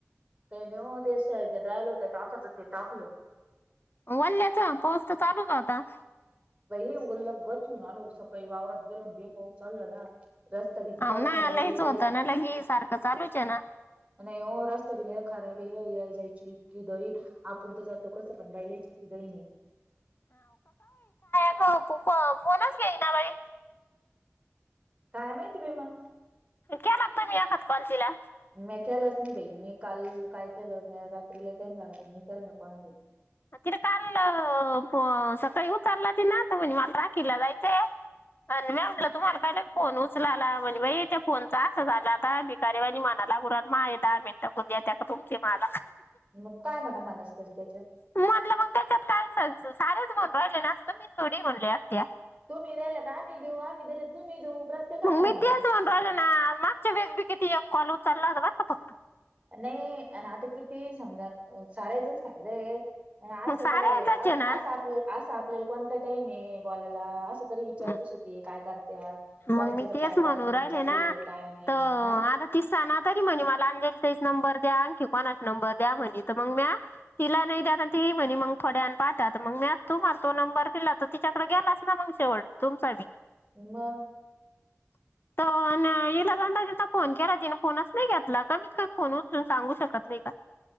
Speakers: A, on the right; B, on the left.
A: काही नाहीव देशब राहिल होत टाकात ते टाकलो.
B: वल्ल्याचा पाऊस तर चालूच होता.
A: भई गल्लब गचून आलो सकाळी वावरात गेलोन जे पाऊस चालू झाला. रस्ता बी इतका
B: ह ना
A: खराब
B: आलाहीच
A: आहे
B: होतं ना लगी सारखं चालूच आहे ना.
A: नाही हो रस्ता बि लई खराब आहे. याय जायची की दरी आपण तो जातो कसं पण बाई लेज किती दैनी?
B: हो फो फोनच गेई ना बाई.
A: काय माहिती बाई मग.
B: केला का तुमी आता कॉल तिला?
A: मी केलाच नाही बाई मी काल काय केलं म्या रात्री लय टाईम झालं म्हणून मी केलं नाही कोणा
B: तिन काल फो सकाळी उचलला तिन तर म्हने मला राखीला जायचंय. अन म्या म्हणल तुमाला फोन उचलाला म्हणे बाई त्या फोनचा असं झाला आता भिकारीबानी मनाला गुरात मा यता <unintelligible> तुमची माला
A: मग काय म्हणा मानस तरी त्याच्यात.
B: म्हटलं मग त्याच्यात काय लत सारेचण राहिले नसतो मी सडी म्हणले अत्या.
A: तुम्ही दिले तर आम्ही देऊ आम्ही दिले तर तुम्ही देऊ प्रत्येकाला
B: मग
A: हाय
B: मी
A: म्हण
B: तेच
A: ती
B: म्हणून राहिले ना मागच्या एक कॉल उचलला होता बरं का फक्त.
A: नाही अन आता किती ही समजा साऱ्याचाच फायदा आहे. आणि
B: मग
A: असं
B: सारे
A: काय
B: यायचाच
A: असं
B: आहे ना
A: असं आपल्या असं आपल्याला कोणता टाईम आहे बॉलायला असं तरी विचारपूस
B: म-
A: होती काय करत्या? कोणाची
B: मग मी
A: इथं
B: तेच
A: काय
B: म्हणून
A: कार्यक्रम
B: राहिले
A: चालू
B: ना
A: आहे काय नाही
B: तर
A: हा
B: आता तिसता ना तरी म्हणे मला अंज नंबर द्या आणखी कोणाचा नंबर द्या म्हणे तर मग म्या तिला नाही द्या तर तीही म्हणे मग थोड पाठत मग म्या तुम्हाला तो नंबर दिला तर तिच्याकडे गेलाच ना मग शेवट तुमचाबी.
A: मंग.
B: <inaudible> तं न हिला दोनदा तीनदा फोन केला तिने फोनच नाही घेतला क मी फोनून सांगू शकत नाही का <inaudible>